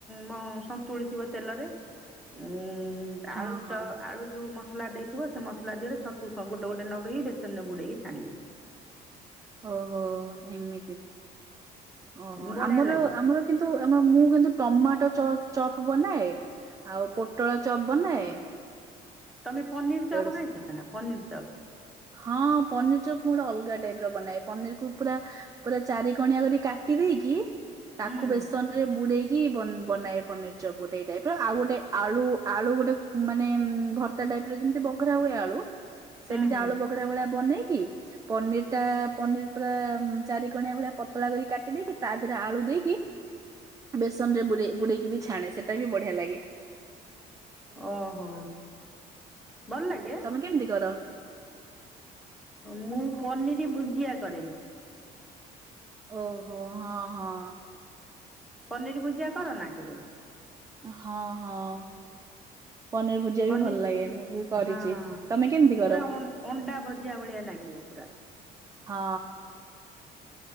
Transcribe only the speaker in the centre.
ମ ସନ୍ତୁଳି ଥିବ ତେଲରେ ଉମ୍
ଆଳୁ
ଚ ଆଳୁ ଯୋଉ ମସଲା ଦେଇଥିବ ସେ ମସଲା ଦେହରେ ଛତୁ ଖ ଗୋଟେ ଗୋଟେ ନଗେଇକି ଦେ ତେଲରେ ବୁଡେଇକି ଛାଣିବେ।
ବଢ଼ିଆ
ଲାଗେ
ତମେ ପନିର
ଚପ୍
ଖାଇଚ ନା ପନିର ଚପ୍।
ହୁଁ
ହୁଁ
ହୁଁ
ଓହୋ ଭଲ ଲାଗେ
ମୁଁ ପନିରି ଭୁଜିଆ କରେ।
ପନିରି ଭୁଜିଆ କର ନା କେବେ?
ପନିର
ହଁ
ପୁରା ଅଂ-ଅଣ୍ଡା ଭୁଜିଆ ଭଳିଆ ଲାଗେ। ଝୁମ୍ପରା